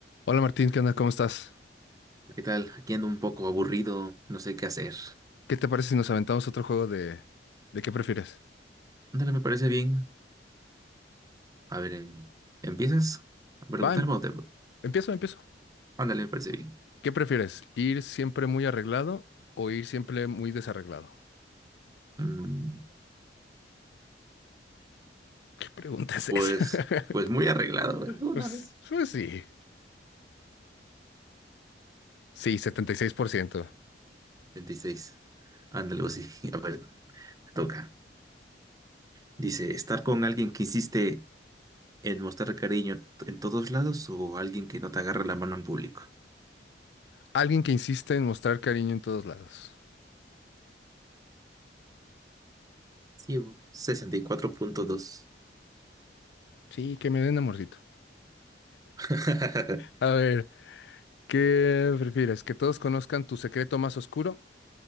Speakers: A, on the left (about 65°); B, on the right (about 20°).
A: Hola Martín, ¿qué onda? ¿Cómo estás?
B: ¿Qué tal? Aquí ando un poco aburrido, no sé qué hacer.
A: ¿Qué te parece si nos aventamos otro juego de, de qué prefieres?
B: Ándale, me parece bien. A ver, em, ¿empiezas a preguntarme
A: Va, em-
B: o te...
A: empiezo, empiezo.
B: Ándale, me parece bien.
A: ¿Qué prefieres? ¿Ir siempre muy arreglado o ir siempre muy desarreglado?
B: Mm,
A: ¿Qué pregunta es
B: pues,
A: esa? <laughs>
B: pues muy arreglado, güey, de una
A: Pues,
B: vez.
A: pues sí. Sí, 76%.
B: 26. Ándale, o sí. <laughs> A ver, me toca. Dice, ¿estar con alguien que insiste en mostrar cariño en todos lados o alguien que no te agarra la mano en público?
A: Alguien que insiste en mostrar cariño en todos lados.
B: Sí, bo. 64.2.
A: Sí, que me den amorcito.
B: <laughs>
A: A ver, ¿qué prefieres? ¿Que todos conozcan tu secreto más oscuro